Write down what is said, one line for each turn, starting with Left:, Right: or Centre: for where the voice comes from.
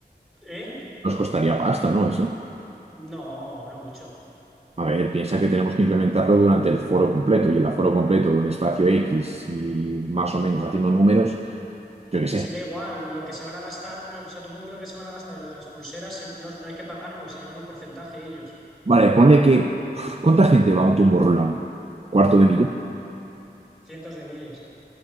Centre: ¿eh?
Right: Nos costaría pasta, ¿no? Eso.
Centre: No, no mucho.
Right: A ver, piensa que tenemos que implementarlo durante el foro completo y el aforo completo de un espacio X y más o menos haciendo números, yo qué sé.
Centre: Si da igual, lo que se van a gastar, eh, o sea, tú pon que lo que se van a gastar en lo de las pulseras, se- no, no hay que pagarlo, se llevan un porcentaje ellos,
Right: Vale, ponle que... uf, ¿Cuánta gente va a un Tomorrowland? ¿Cuarto de millón?
Centre: cientos de miles.